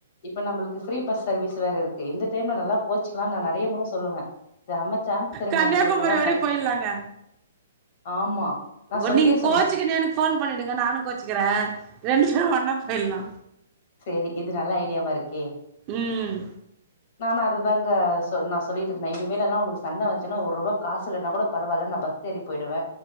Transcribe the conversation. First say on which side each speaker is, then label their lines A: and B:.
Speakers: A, on the left; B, on the right.
A: இப்ப நம்மளுக்கு ஃப்ரீ பஸ் சர்வீஸ் வேற இருக்கு இந்த டைம்ல நல்லா போச்சுக்ல்லா நா நறைய முற சொல்லுவ சம சான்ஸ் தெரியுமா
B: கன்னியாகுமரி
A: எங்ளுக்கல்லா
B: வரையு
A: பஸ்
B: போயிடலாங்க
A: ஆமா நா
B: ஒன்
A: சொல்லியே
B: நீங்க
A: சொன்னே
B: கோச்சிக்குனு எனக்கு ஃபோன் பண்ணிடுங்க நானு கோச்சிக்குற ரெண்டு பேரு ஒன்னா போயிட்லா
A: சேரி இது நல்ல ஐடியாவா இருக்கே
B: ம்
A: நானு அதுதாங்க சொ நா சொல்லிட்ருந்த இனிமேலல்லா உனுக்கு சண்ட வஞ்ச்சனா ஒருபா காசில்லனா கூட பரவால்ல நா பஸ் சேரி பொய்டுவ